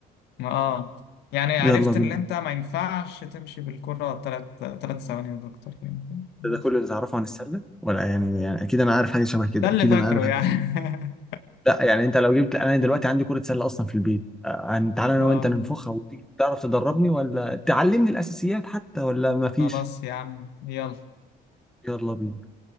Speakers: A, on the left; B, in the centre.
A: اه يعني
B: يلا
A: عرفت
B: بينا
A: ان انت ما ينفعش تمشي بالكرة تلات تلات ثواني ولا اكتر يعني فاهم؟ بس
B: ده كل اللي تعرفه عن السلة ولا يعني, يعني أكيد أنا عارف حاجة شبه كده
A: ده اللي
B: أكيد
A: فاكره
B: أنا عارف
A: يعني
B: لا يعني انت لو جبت انا دلوقتي عندي كرة سلة اصلا في البيت آه، هن- تعالى
A: <laughs>
B: انا
A: اه
B: وانت ننفخها وتيجي تعرف تدربني ولا تعلمني الاساسيات حتى ولا مفيش
A: خلاص يا عم يلا
B: يلا بينا